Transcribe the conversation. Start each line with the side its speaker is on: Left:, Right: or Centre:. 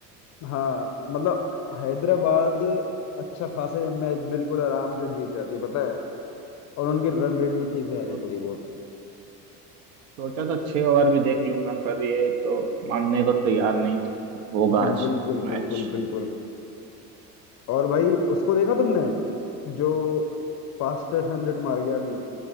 Left: हाँ मतलब हैदराबाद अच्छा खासा मैच बिल्कुल आराम से जीत जाती है पता है और उनकी रन रेट भी ठीक हो जाती
Right: सो-
Left: है थोड़ी बहुत
Right: सोचा था छह ओवर भी देख लूंगा पर ये तो मानने को तैयार नहीं था होगा आज
Left: बिल्कुल
Right: मैच
Left: बिल्कुल बिल्कुल और भाई उसको देखा तुमने जो फास्टेस्ट हंड्रेड मार गया अभी